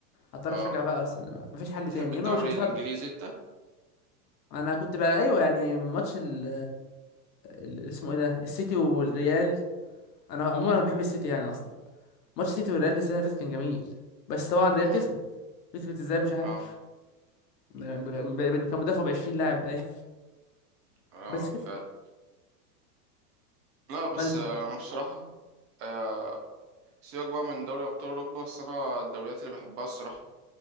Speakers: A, on the left; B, on the right.
A: هضطر
B: اه
A: اشجع بقى ارسنال بقى مفيش حل
B: بتحب
A: تاني
B: الدوري
A: يا اما مش هتفرج
B: الانجليزي انت
A: انا كنت بقى ايوه يعني من ماتش ال ال- اسمه ايه ده السيتي والريال انا عموما انا بحب السيتي يعني اصلا ماتش السيتي والريال السنه اللي فاتت كان جميل بس طبعا الريال
B: امم
A: كسبت كسبت ازاي مش عارف
B: اه
A: ب- ب- كان مدافع ب 20 لاعب باين <laughs>
B: اه
A: بس كسبت
B: فعلا لا بس
A: خدت
B: آه، انا بصراحه آه، سيبك بقى من دوري ابطال اوروبا بس انا الدوريات اللي بحبها الصراحه